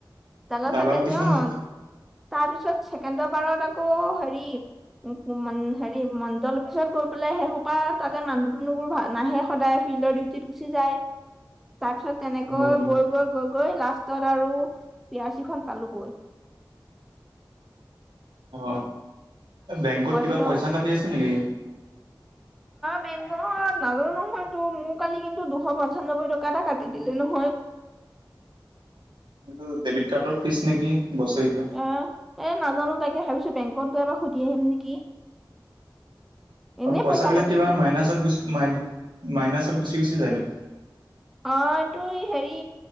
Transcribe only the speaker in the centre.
দালা
থাকে
জে অ
তাৰপিছত ছেকেণ্ড বাৰত আকৌ হেৰি হেৰি মণ্ডলৰ অফিছত গৈ পেলাই শেইসোপা তাতে মানুহ দুনুবোৰ নাহে সদায়। প্ৰ ডিউটিত গুচি যায়।
তাৰ পিছত তেনেকৈ
গৈ গৈ গৈ গৈ লাষ্টত আৰু- পিয়াৰচিখন পালো গৈ।
এজনে
বেংকত অ নাজানো নহয় তো মোৰ কালি কিন্তু দুশ পঞ্চান্নব্বৈ টকা এটা কাটি দিলে নহয়।
অ এ নাজানো তাকে ভাবিছো বেংকত গৈ বা সুধি আহিম নেকি। এনে
পইচা পাতি
অ এইটো হেৰি